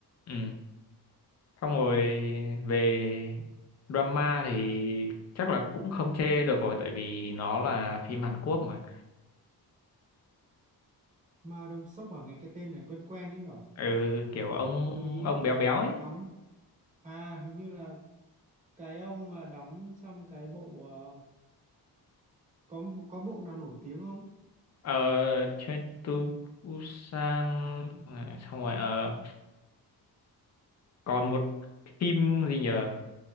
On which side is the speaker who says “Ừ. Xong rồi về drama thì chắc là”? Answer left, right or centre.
Left